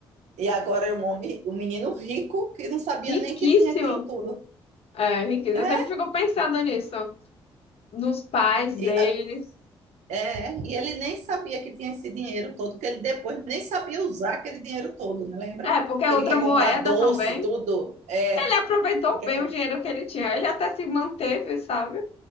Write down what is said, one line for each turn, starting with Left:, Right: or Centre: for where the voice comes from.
Right: E agora é um homem, um menino rico que não sabia
Left: riquíssimo.
Right: nem que tinha aquilo tudo.
Left: É, riquíssimo.
Right: É,
Left: Eu sempre fico pensando nisso, nos pais
Right: e,
Left: deles.
Right: a- é, e ele nem sabia que tinha esse dinheiro todo, que ele depois nem sabia usar aquele dinheiro todo, né? Lembra?
Left: É, porque é
Right: Que
Left: outra
Right: ele quer
Left: moeda
Right: comprar doce,
Left: também.
Right: tudo. É,
Left: Ele aproveitou
Right: que ele quer
Left: bem
Right: comprar.
Left: o dinheiro que ele tinha. Ele até se manteve, sabe?